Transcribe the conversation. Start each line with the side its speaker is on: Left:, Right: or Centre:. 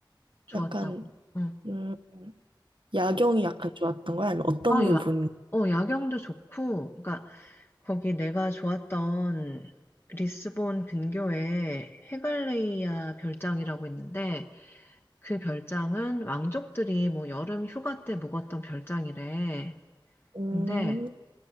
Left: 좋았다고.
Right: 약간
Left: 응.
Right: 음. 야경이
Left: 응.
Right: 약간 좋았던 거야? 아니면 어떤
Left: 아,
Right: 부분?
Left: 야. 어, 야경도 좋고, 그러니까 거기 내가 좋았던 리스본 근교에 헤갈레이아 별장이라고 있는데 그 별장은 왕족들이 뭐 여름 휴가 때 묵었던 별장이래.
Right: 음,
Left: 근데